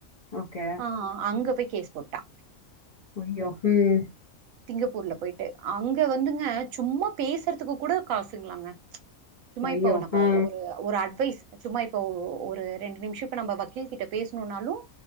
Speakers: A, on the left (about 40°); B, on the right (about 80°).
A: okay.
B: ஆஹ் அங்க போய் கேஸ் போட்டா
A: ஐய்யோ உஹம்
B: சிங்கப்பூர்ல போயிட்டு அங்க வந்துங்க சும்மா பேசுறதுக்கு கூட காசுங்களாங்க சும்மா
A: ஐயோ!
B: இப்போ நம்ம
A: ஆ.
B: ஒரு ஒரு அட்வைஸ் சும்மா இப்ப ஒரு ரெண்டு நிமிஷோ இப்ப நம்ம வக்கீல் கிட்ட பேசணும்னாலும்